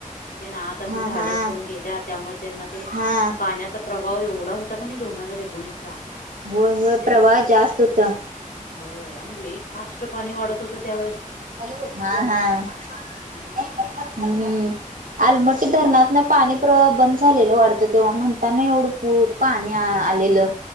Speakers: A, on the left; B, on the right.
A: ते ना आत असं
B: हा
A: धाडस
B: हा
A: करून गेल्या त्यामुळे त्यांना ते
B: हा
A: पाण्यात चा प्रभाव एवढा होता का नाही दोन हजार एकोणीस ला
B: होय होय
A: त्याच्यामुळे
B: प्रवाह जास्त
A: कणी
B: होता
A: होय आणि लई फास्ट पाणी वाढत होतं त्यावेेळेस
B: हा हा
A: हम्म
B: हम्म आलमटी धरणात ना पाणी प्रवाह बंद झालेलं वाढतं तेव्हा म्हणताना एवढं पू पाणी आलेलं